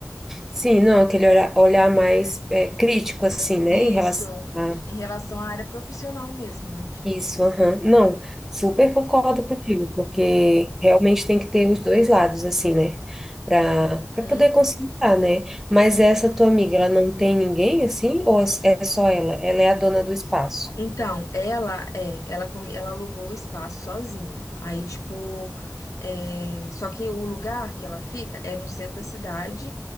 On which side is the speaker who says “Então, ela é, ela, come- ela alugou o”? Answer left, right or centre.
Left